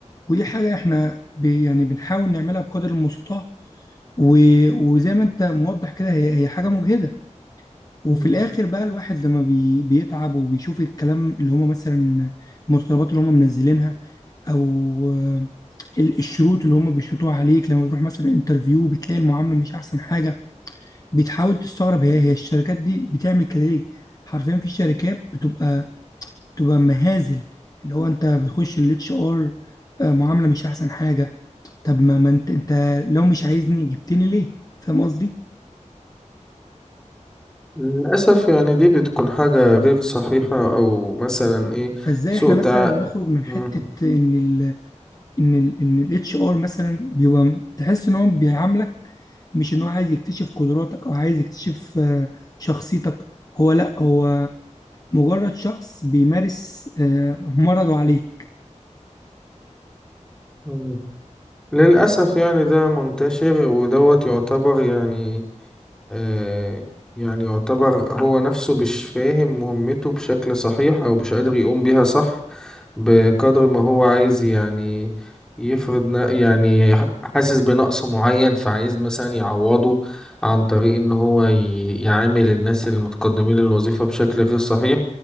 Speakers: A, on the left; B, in the centre.
A: ودي حاجة احنا ب- يعني بنحاول نعملها بقدر المستطاع و- وزي ما انت موضح كده هي هي حاجه مجهده وفي
B: مم.
A: الاخر بقى الواحد لما بي بيتعب وبيشوف الكلام اللي هم مثلا المتطلبات اللي هم منزلينها او آه، ال- الشروط اللي هم بيشروطوها عليك لما تروح مثلا انترفيو بتلاقي المعامله مش احسن حاجه بتحاول تستغرب هي هي الشركات دي بتعمل كده ليه حرفيا في شركات بتبقى بتبقى مهازل اللي هو انت بتخش الاتش ار معامله مش احسن حاجه طب ما ما انت انت لو مش عايزني جبتني ليه فاهم قصدي
B: للأسف يعني دي بتكون حاجة غير صحيحة أو مثلا إيه
A: فازاي
B: سوء
A: احنا مثلا
B: تع...
A: نخرج من
B: مم.
A: حته ان ال ان ال ان الاتش ار مثلا بيبقى تحس ان هو بيعاملك مش ان هو عايز يكتشف قدراتك او عايز يكتشف آه، شخصيتك هو لا هو مجرد شخص بيمارس آه، مرضه عليك
B: مم. للأسف يعني ده منتشر ودوت يعتبر يعني آه، يعني يعتبر هو نفسه مش فاهم مهمته بشكل صحيح أو مش قادر يقوم بيها صح بقدر ما هو عايز يعني يفرض ن- يعني ح- حاسس بنقص معين فعايز مثلا يعوضه عن طريق ان هو ي- يعامل الناس المتقدمين للوظيفة بشكل غير صحيح